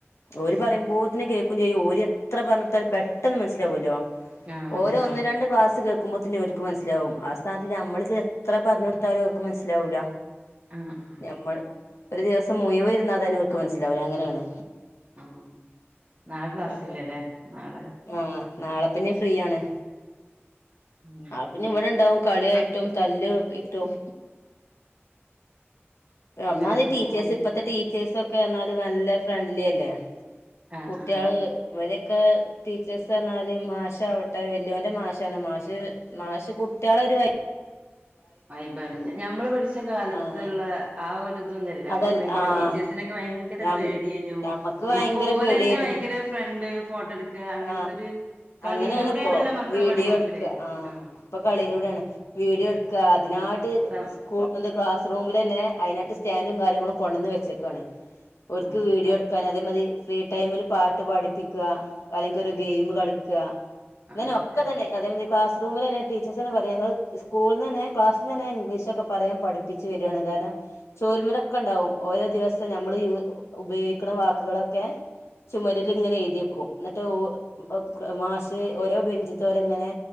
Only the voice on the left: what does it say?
ഓര് പറയുമ്പോത്തന്നെ കേൾക്കും ചെയ്യും ഓര് എത്ര പറഞ്ഞൊടുത്താലും പെട്ടെന്ന് മനസ്സിലാവുല്ലോ
ഓര് ഒന്ന് രണ്ട് ക്ലാസ് കേൾക്കുമ്പോത്തന്നെ ഓര്ക്ക് മനസ്സിലാവും ആ സ്ഥാനത്ത് നമ്മളിത് എത്ര പറഞ്ഞു കൊടു ത്താലും ഓക്ക് മനസ്സിലാവൂല
ഞമ്മള് ഒരു ദിവസം മുയുവൻ ഇരുന്നതന്നെ ഓൽക്ക് മനസ്സിലാവില്ല അങ്ങനെയാണ്
അപ്പൊ
ആഹ് നാളെപ്പിന്നെ ഫ്രീ ആണ്
പിന്നെ ഇവിടെ ഇണ്ടാവും കളിയായിട്ടും തല്ല് ഇട്ടും ഒന്നാത്
ടീച്ചേഴസ് ഇപ്പത്തെ ടീച്ചേഴ്സൊക്കെ എന്നാല് നല്ല ഫ്രണ്ട്ലി അല്ലേ
കുട്ടിയള്
ഇവരൊക്കെ ടീച്ചേഴസ് പറഞ്ഞാല് മാഷ് ആവട്ടെ വല്യോന്റെ മാഷാണ് മാഷ് മാഷ് കുട്ടികളെ ഒരു വ
ആഹ്
അതല്ല
ആഹ്
ഞ
ഞമ്മക്ക് ഭയങ്കര
പേടിയേനു
ആഹ്
അങ്ങനെയാണ് ഇപ്പോ
വീഡിയോ
എടുക്ക ആഹ്
ഇപ്പൊ കളിയിലൂടെയാണ് വീട്യൊ എടുക്കുക അതിനായിട്ട്
കൂ എന്തുവാ ക്ലാസ് റൂമിലന്നെ അതിനാട്ട് സ്റ്റാൻഡും കാര്യങ്ങളും കൊണ്ടുവന്ന് വെച്ചേക്കാണ് ഓര്ക്ക്
വീഡിയോ എടുക്കാൻ അതേ മതി ഫ്രീ ടൈമിൽ പാട്ട് പഠിപ്പിക്കുക അല്ലെങ്കിൽ ഒരു
ഗെയിമ് കളി ക്ക ഇങ്ങനെ
ഒക്കെ തന്നെ അതേമാതിരി ക്ലാസ്റൂമില് തന്നെ ടീച്ചേഴസന്നെ പറയുന്നത് സ്കൂളിൽ നിന്നന്നെ ക്ലാസിൽനിന്നന്നെ ഇംഗ്ലീഷൊക്കെ പറയാൻ പഠപ്പിച്ച് വരിയാണ് കാരണം ചോരുമ്മേലൊക്കെ ഉണ്ടാവും ഓരോ ദിവസത്തെ നമ്മൾ യൂ ഉപയോഗിക്കുന്ന വാക്കുകളൊക്കെ ചുമരിലിങ്ങനെ എഴുതിവെക്കും എന്നിട്ട് ഓ മാസ ഓരോ ബെഞ്ചിത്തോരങ്ങനെ